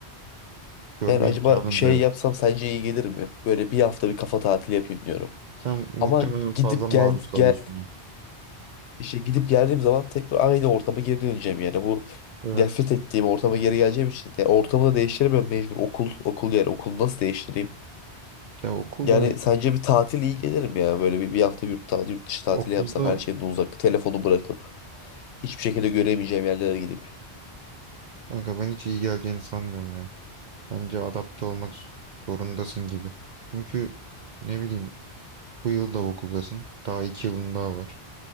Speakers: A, on the right; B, on the left.
A: Görme
B: Yani acaba
A: imkanın
B: şey
A: da yok.
B: yapsam sence iyi gelir mi? Böyle bir hafta bir kafa tatili yapayım diyorum.
A: Sen muhtemelen
B: Ama
A: fazla
B: gidip
A: maruz
B: gel
A: kalıyorsun.
B: gel
A: ya.
B: İşte gidip geldiğim zaman tekrar aynı ortama geri döneceğim yani bu
A: Evet.
B: nefret ettiğim ortama geri geleceğim için yani ortamı da değiştiremiyorum mecbur okul okul yani okulu nasıl değiştireyim?
A: Ya okulda
B: Yani sence bir tatil iyi gelir mi ya böyle bir, bir hafta yurt, ta- yurt dışı tatili
A: okulda
B: yapsam her şeyden uzak telefonu bırakıp hiçbir şekilde göremeyeceğim yerlere gidip.
A: kanka ben hiç iyi geleceğini sanmıyorum ya. Bence adapte olmak zorundasın gibi. Çünkü ne bileyim bu yıl da okuldasın. Daha iki yılın daha var